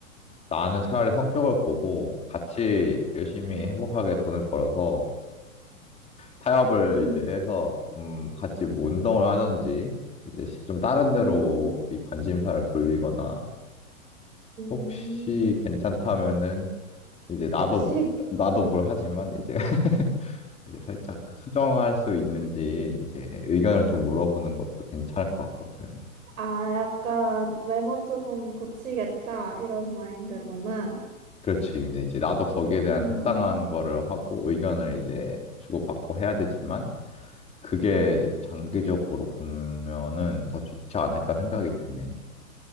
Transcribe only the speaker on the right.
음,
음,
음,
음.
혹시,
아, 약간 외모 조금 고치겠다, 이런 마인드구나.
음,